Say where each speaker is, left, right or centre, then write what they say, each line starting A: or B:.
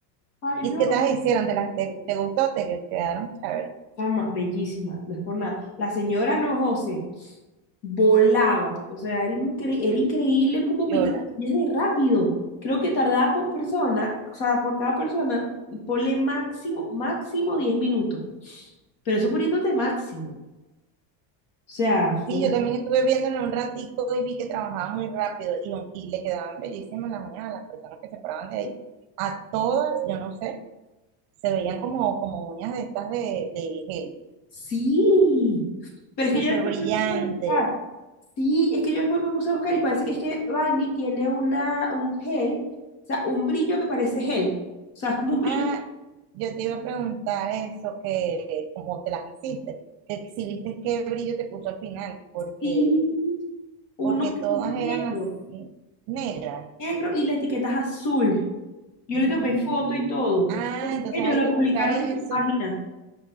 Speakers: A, on the left (about 65°); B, on the right (about 55°).
A: ay,
B: ¿Y
A: no.
B: qué te las hicieron? ¿Te, las, te, te gustó? ¿Te quedaron? A ver,
A: Chama, bellísima, no es por nada. La señora no, José, volaba. O sea, era, incre- era increíble cómo pintaba
B: yo la...
A: las uñas de rápido. Creo que tardaba con persona, o sea, por cada persona, ponle máximo, máximo 10 minutos. Pero eso poniéndote máximo. O sea, fue
B: Sí,
A: una...
B: yo también estuve viéndolo un ratico y vi que trabajaba muy rápido y, y le quedaban bellísimas las uñas a las personas que se paraban de ahí. A todas, yo no sé, se veían como, como uñas de estas de, de gel,
A: Sí, pero
B: súper
A: es que yo después
B: brillante.
A: me puse a buscar. Sí, es que yo después me puse a buscar y parece que es que Balmy tiene una, un gel, o sea, un brillo que parece gel. O sea, es como un brillo.
B: Ah, yo te iba a preguntar eso, que como te las hiciste, que si viste qué brillo te puso al final, porque,
A: Sí, uno
B: porque
A: que
B: todas
A: es negro,
B: eran así, negras.
A: negro y la etiqueta es azul. Yo
B: Mm,
A: le tomé foto y todo,
B: Ah,
A: porque
B: entonces
A: ellos
B: hay
A: lo
B: que
A: publicaron
B: buscar eso.
A: en su página.